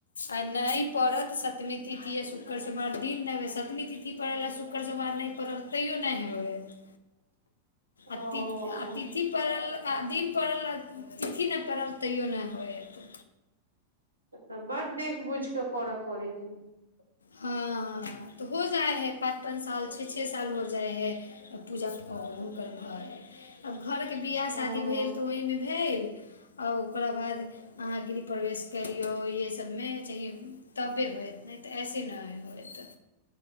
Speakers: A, on the left; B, on the right.
A: आ नहि पड़त। सप्तमी तिथि शुक्रदिन पड़त। ई पड़ल शुक्रदिन, जँ नहि पड़ल तऽ तैयो नहि होयत।
B: <inaudible>
A: अति
B: ओ
A: अतिथि दिन पड़ल आ तिथि नहि पड़ल, तैयो नहि होयत।
B: तऽ बड देख बुझ कऽ करऽ पड़े ह <inaudible>
A: हँ तऽ भऽ जाइत अछि, पाँच पाँच साल, छओ छओ साल भऽ जाइत अछि। आ पूजामे हुनकर घरमे ब्याह
B: ओ
A: शादी भेल तऽ ओहिमे भेल। आओर ओकरा बाद अहाँ गिरी प्रवेश करियौ इएह सभमे चाह तबे होयत नहि तऽ ऐसे नहि होयत